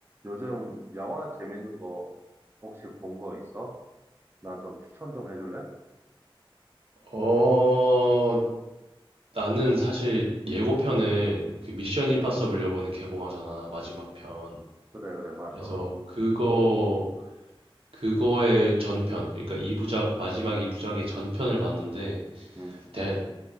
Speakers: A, on the right (about 25°); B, on the right (about 80°).
A: 요즘 영화 재밌는 거 혹시 본 거 있어? 나 좀 추천 좀 해줄래?
B: 어, 나는 사실 예고편을 그 미션 임파서블 요번에 개봉하잖아, 마지막 편.
A: 그래, 그래, 맞아.
B: 그래서 그거, 그거의 전편, 그러니까 2부작, 마지막 2부작의 전편을 봤는데,
A: 음,
B: 데,